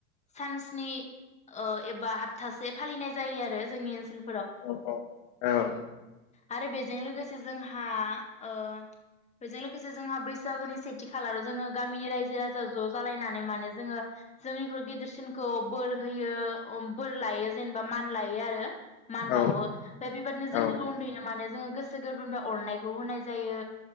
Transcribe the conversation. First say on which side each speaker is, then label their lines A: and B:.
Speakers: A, on the left (about 15°); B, on the left (about 55°).
A: सानस्नी एबा हप्थासे फालिनाय जायो आरो जोंनि ओनसोल
B: अ औ औ।
A: आरो बेजों लोगोसे जोंहा बेजों लोगोसे लोगोसे जोंहा बैसागोनि सेथि खालाराव जोङो गामिनि रायजो राजा ज जालायनानै माने जोङो जोंनिख्रु गेदेरसिनखौ बोर होयो बोर लायो जेनेबा मान लायो आरो। मान
B: औ
A: बावो बे बेबायदिनो जोंनिखौ
B: औ
A: उन्दैनो माने जोङो गोसो गोरबोनिफ्राय अरनायखौ होनाय जायो।